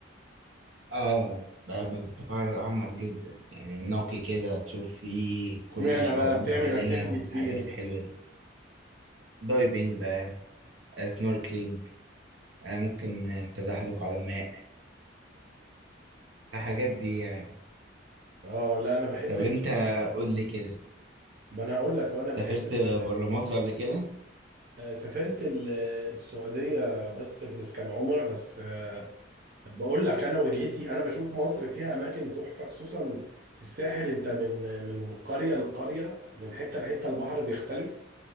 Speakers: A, on the right; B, on the right.
A: اه بحب البحر الأحمر جدا يعني نقي كده تشوف فيه كل
B: اشمعنى
A: الشعاب
B: بقى
A: المرجانية
B: بتعمل اكتيفيتي
A: والحاجات
B: فيه ايه
A: الحلوة دي دايفنج بقى آه، سنوركلينج آه، ممكن آه، التزحلق على الماء الحاجات دي يعني
B: اه لا انا بحب
A: طب
B: ال...
A: انت قول لي كده
B: ما انا هقول لك هو انا
A: سافرت
B: بحب ال...
A: بره مصر قبل كده
B: آه، سافرت ال... السعوديه بس بس كان عمره بس آه، بقول لك انا وجهتي انا بشوف مصر فيها اماكن تحفه خصوصا الساحل انت من من قريه لقريه من حته لحته البحر بيختلف